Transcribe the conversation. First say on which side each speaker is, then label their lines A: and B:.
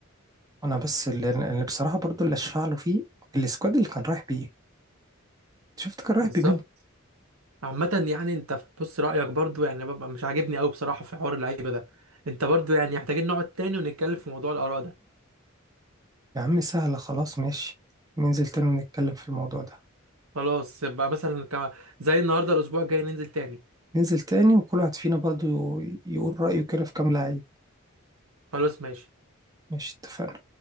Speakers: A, on the right; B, on the right.
A: انا بس اللي, اللي بصراحة برضو اللي اشفع له فيه السكواد اللي كان رايح بيه شفت كان رايح
B: بالظبط
A: بمين
B: عامة يعني انت بص رأيك برضو يعني ببقى مش عاجبني قوي بصراحة في حوار اللعيبة ده انت برضو يعني محتاجين نقعد تاني ونتكلم في موضوع الآراء ده
A: يا عم سهلة خلاص ماشي ننزل تاني ونتكلم في الموضوع ده
B: خلاص يبقى مثلا كما- زي النهاردة الأسبوع الجاي ننزل تاني
A: ننزل تاني وكل واحد فينا برضو يقول رأيه كده في كام لعيب
B: خلاص ماشي
A: ماشي اتفقنا